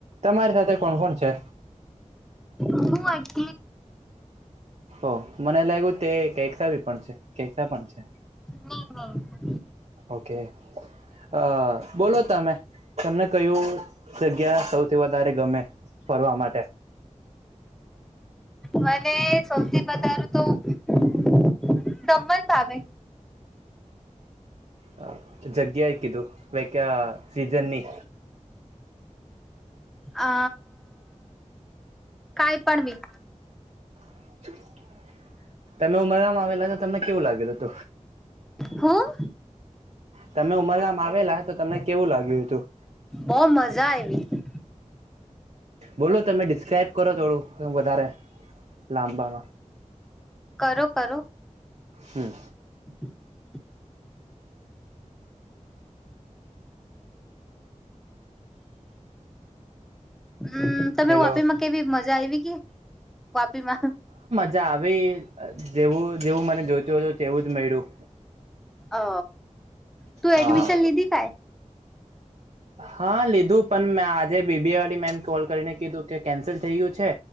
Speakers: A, on the right (about 60°); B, in the centre.
A: તમારી સાથે કોણ કોણ છે,
B: હું એક
A: ઓ મને લાયગુ તે કેસા ભી પણ છે, કેસા પણ છે.
B: હ ના <inaudible> <inaudible>
A: ઓકે અ બોલો તમે તમને કયું છે. ક્યાં સૌથી વધારે ગમે. ફરવા માટે
B: મને સૌથી વધારું તો ખમણ ભાવે.
A: હા જગ્યા કીધું આ સીઝનની.
B: અ કઈ પણનવી.
A: <inaudible> તમે ઉમરવામાં આવેલા. તમને કેવું લાગેલ હત.
B: હું
A: તમે ઉમરગામ આવેલા. તો તમને કેવું લાગ્યું હતું.
B: બો મજા આયવી
A: બોલો તમે ડિસ્ક્રાઈબ કરો થોડું વધારે. લાંબાબ.
B: કરો કરો
A: હમ.
B: <unintelligible> હ. હમ તમે
A: હેલો
B: વાપીમાં કેવી મજા આવી કે. વા. ીમાં.
A: જ ભ. જેવું જેવું મને જોઈતો હો હત. તેવું જ મેળું.
B: અ તું
A: હા
B: એડમિશન લીધી કાય
A: હા લીધું. કધું પણ મેં આજે બીબી વાળડી મેમ કોલ કરીને કીધું કે કેન્સલ થઈ ગયું છે.